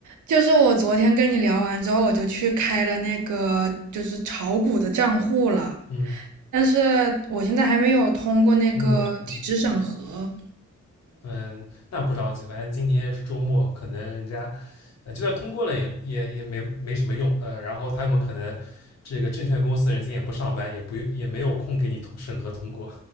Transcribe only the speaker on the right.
就是我昨天跟你聊完之后，我就去开了那个就是炒股的账户了，
但是我现在还没有通过那个地址审核。